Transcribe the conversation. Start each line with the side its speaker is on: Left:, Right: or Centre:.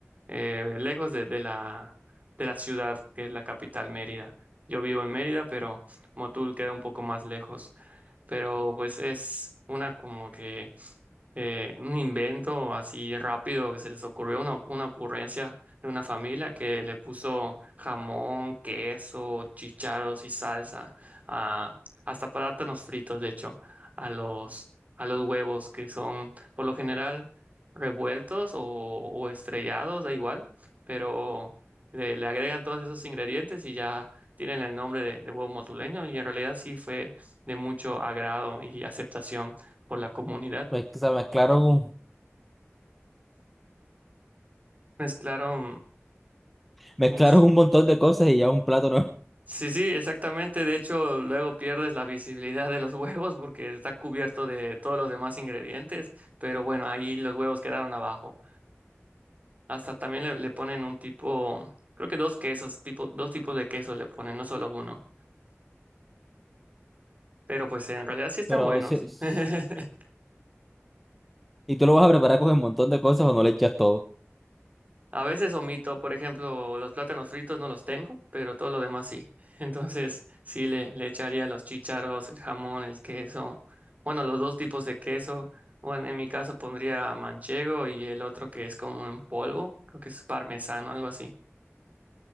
Right: eh, lejos de, de la de la ciudad, que es la capital, Mérida. Yo vivo en Mérida, pero Motul queda un poco más lejos. Pero pues es una como que eh, un invento así rápido que se les ocurrió, una, una ocurrencia de una familia que le puso jamón, queso, chícharos y salsa, a, hasta plátanos fritos, de hecho, a los, a los huevos que son por lo general revueltos o, o estrellados, da igual, pero le, le agregan todos esos ingredientes y ya tienen el nombre de, de huevo motuleño y en realidad sí fue de mucho agrado y aceptación por la comunidad.
Centre: Me- o sea, mezclaron, un-
Right: Mezclaron
Centre: mezclaron
Right: mucho.
Centre: un montón de cosas y ya un plato nuevo
Right: Sí, sí, exactamente. De hecho, luego pierdes la visibilidad de los <laughs> huevos porque está cubierto de todos los demás ingredientes. Pero bueno, ahí los huevos quedaron abajo. Hasta también le, le ponen un tipo, creo que dos quesos, tipo, dos tipos de queso le ponen, no solo uno. Pero pues en realidad sí están
Centre: Pero
Right: buenos.
Centre: sí- es-
Right: <laughs>
Centre: ¿Y tú lo vas a preparar con un montón de cosas o no le echas todo?
Right: A veces omito, por ejemplo, los plátanos fritos no los tengo, pero todo lo demás sí. <laughs> Entonces, sí le, le echaría los chícharos, el jamón, el queso. Bueno, los dos tipos de queso. Bueno, en mi caso pondría manchego y el otro que es como en polvo, creo que es parmesano, algo así.